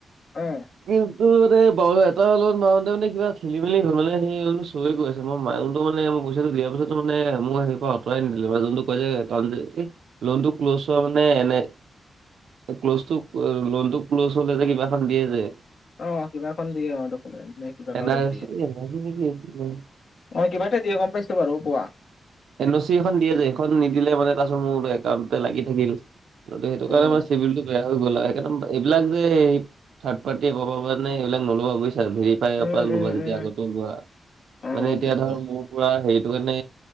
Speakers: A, on the left; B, on the right.
A: অ
B: কিন্তু মানে বাৰ এটাৰত মাৰোতে মানে কিবা খেলি-মেলি হ'ল। মানে সেই অনুমান- <unintelligible> চলি গৈ আছে। মই মাইনটো মানে মই পইচাটো দিয়া পিছতো মানে মই সেইয়া পৰা আঁতৰাই নিদিলে। যোনটো কৈ যে একাউণ্ট কি লোনটো ক্ল'জ হোৱা মানে এনেই ক্ল'জটো লোনতটো ক্ল'জ হ'লে যে কিবাখন দিয়ে যে!
A: অঁহ', কিবা এখন দিয়ে অঁহ', ডকুমেন্ট নে কিবা
B: এন
A: কাগজ
B: আৰ
A: দিয়ে।
B: চি নেকি
A: অ', কিবা এটা দিয়ে গম পাইছ বাৰু। কোৱা?
B: এন অ' চি এখন দিয়ে যে সেইখন নিদিলে মানে তাৰপিছত মোৰ একাউণ্ট লাগি থাকিল। ত' সেইটো
A: উম,
B: কাৰণে আমাৰ চিভিলটো বেয়া। গ'ল। একদম এইবিলাক যে এই থাৰ্ড পাৰ্টি পাব কাৰণে এইবিলাক নল'বা বুজিছা। হেৰি পায়
A: উম,
B: বা লবা
A: উম,
B: যেতিয়া
A: উম,
B: আগতেও লোৱা।
A: অ',
B: মানে
A: গম
B: এতিয়া
A: পাইছো
B: ধৰ মোৰ পুৰা হেৰিটো কাৰনে